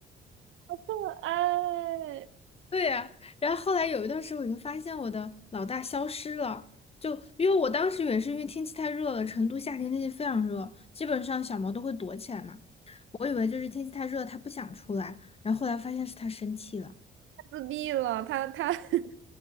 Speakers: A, on the right; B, on the left.
A: 好可爱，太
B: 对呀，然后后来有一段时间我就发现我的老大消失了，就因为我当时也是因为天气太热了，成都夏天天气非常热，基本上小猫都会躲起来嘛，我以为就是天气太热它不想出来，然后后来发现是它生气了。
A: 自闭了，他他 <laughs> 嫉